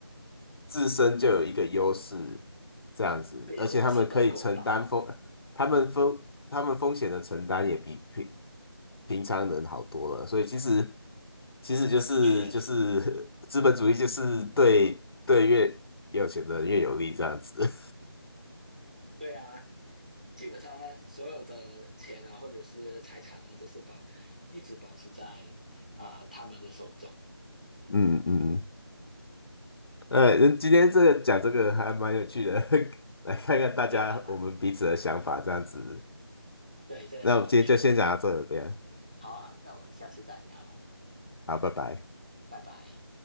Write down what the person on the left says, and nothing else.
自身就有一个优势这样子，
而且他们可以承担风，他们风他们风险的承担也比平平常人好多了。所以其实其实就是就是
<laughs> 资本主义就是对对越有钱的人越有利这样子。<laughs>
嗯嗯，嗯呃，今天这个讲这个还蛮有趣的，<laughs> 来看看大家我们彼此的想法这样子。
那我们今天就先讲到这边，
好，拜拜。